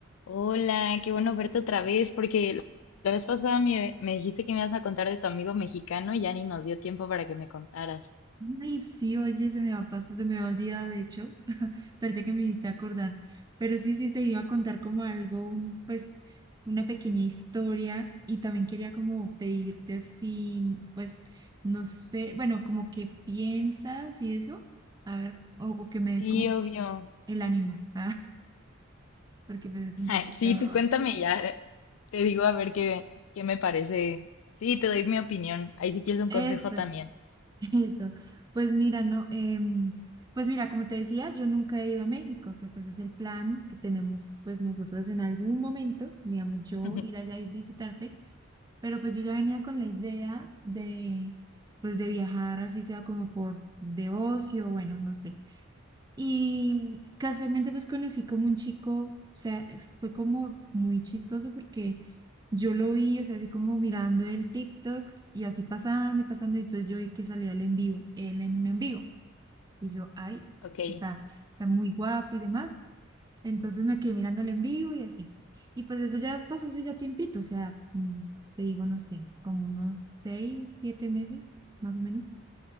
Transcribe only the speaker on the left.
Hola, qué bueno verte otra vez, porque la la vez pasada me, me dijiste que me ibas a contar de tu amigo mexicano y ya ni nos dio tiempo para que me contaras.
Sí,
obvio.
<laughs>
Sí, tú cuéntame y ya, te digo a ver qué, qué me parece. Sí, te doy mi opinión. Ahí si quieres un
consejo también.
<laughs>
Ok.